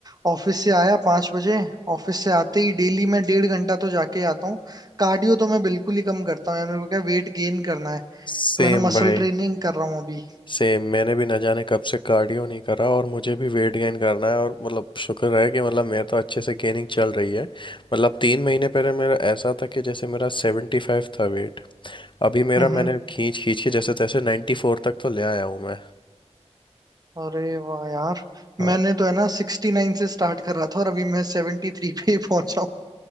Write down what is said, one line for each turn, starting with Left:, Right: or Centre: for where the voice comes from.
Right: ऑफिस से आया पांच बजे ऑफिस से आते ही डेली मैं डेढ़ घंटा तो जाके ही आता हूँ कार्डियो तो मैं बिल्कुल ही कम करता हूँ यार मेरे को क्या वेट गेन करना है
Left: सेम
Right: तो मैंने मसल
Left: भाई
Right: ट्रेनिंग कर रहा हूँ अभी
Left: सेम मैंने भी ना जाने कब से कार्डियो नहीं करा और मुझे भी वेट गेन करना है और मतलब शुक्र है कि मतलब मेरा तो अच्छे से गेनिंग चल रही है मतलब तीन महीने पहले मेरा ऐसा था कि जैसे मेरा सेवेंटी फाइव था वेट अभी मेरा
Right: हम्म हम्म।
Left: मैंने खींच खींच के जैसे तैसे नाइन्टी फोर तक तो ले आया हूँ मैं
Right: अरे वाह यार
Left: हाँ
Right: मैंने तो है ना सिक्सटी नाइन से स्टार्ट करा था और अभी मैं सेवेंटी थ्री पे ही पहुंचा हूँ